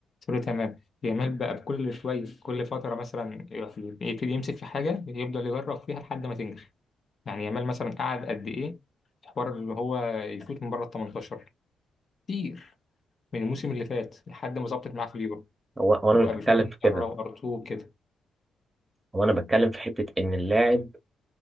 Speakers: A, on the left (about 45°); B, on the right (about 25°).
A: قلت له تمام جمال بقى بكل شوية كل فترة مثلا يروح يبتدي يمسك في حاجة يفضل يجرب فيها لحد ما تنجح يعني جمال مثلا قعد قد إيه في حوار اللي هو يشوط من بره ال 18 كتير من الموسم اللي فات لحد ما ظبطت معاه في اليورو
B: هو هو أنا
A: وبقى
B: مش بتكلم
A: بيشوط من
B: في كده
A: بره وأرتو كده
B: هو أنا بتكلم في حتة إن اللاعب